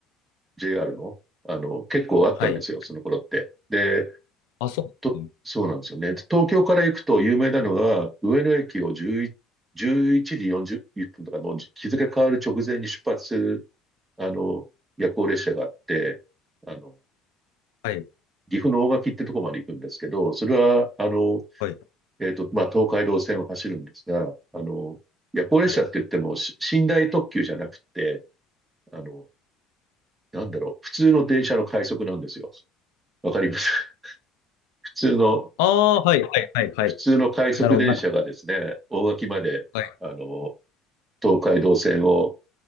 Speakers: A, on the right (about 20°); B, on the left (about 75°).
A: JR の、あの、結構あったんですよ、
B: はい。はい。
A: その頃って。で、
B: あ、そううん
A: と、そうなんですよね。で東京から行くと有名なのが、上野駅を11、時4 0分とか、のう日付変わる直前に出発する、あの、夜行列車があって、あの、
B: はい。
A: 岐阜の大垣ってとこまで行くんですけど、それは、あの、
B: はい。
A: えっと、まあ、東海道線を走るんですが、あの、夜行列車って言っても、
B: はい。
A: し寝台特急じゃなくて、あの、なんだろう、普通の電車の快速なんですよ。わかります <laughs> 普通の、
B: ああ、はい。はい。はい。はい。
A: 普通の快速電車がですね、
B: なるほど。なんか、
A: 大垣まで、
B: はい。
A: あの、東海道線を